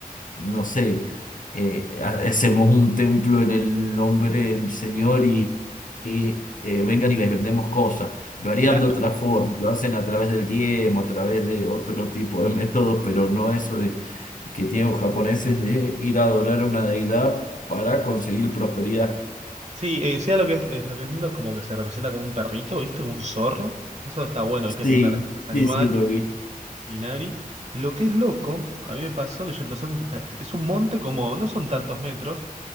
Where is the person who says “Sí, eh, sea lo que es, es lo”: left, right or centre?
Right